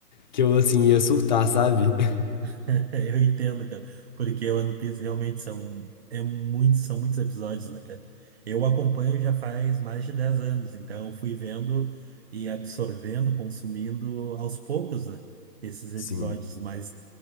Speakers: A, on the left (about 30°); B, on the right (about 40°).
A: que eu assim ia surtar, sabe? <laughs>
B: <laughs> eu entendo, cara, porque o One Piece realmente são, é muito, são muitos episódios, né, cara? Eu acompanho já faz mais de 10 anos, então eu fui vendo e absorvendo, consumindo aos poucos, né, esses episódios
A: Sim,
B: mais.